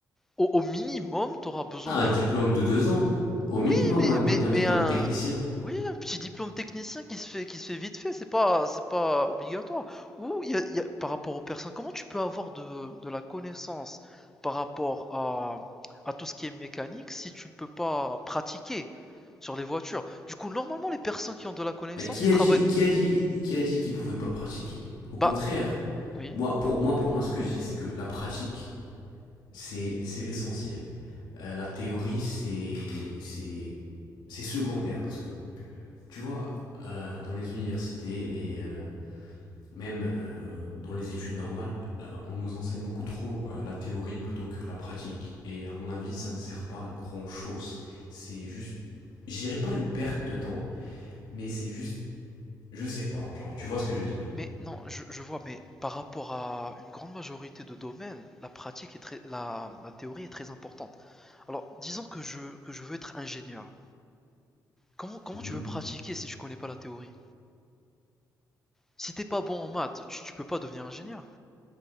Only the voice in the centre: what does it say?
au, au minimum, tu auras besoin
d'un
Oui,
mais,
mais,
mais
un,
oui, un petit diplôme technicien qui se fait, qui se fait vite fait, c'est pas, c'est pas obligatoire. Ou il y a- il y a- par rapport aux personnes, comment tu peux avoir de, de la connaissance par rapport à, à tout ce qui est mécanique si tu ne peux pas pratiquer sur les voitures? Du coup, normalement, les personnes qui ont de la connaissance,
ils
travaillent.
Bah, oui,
mais non, je, je vois, mais par rapport à une grande majorité de domaines, la pratique est très, la, la théorie est très importante. Alors, disons que je, que je veux être ingénieur. Comment, comment
tu veux pratiquer si tu connais pas la théorie? Si t'es pas bon en maths, tu, tu peux pas devenir ingénieur.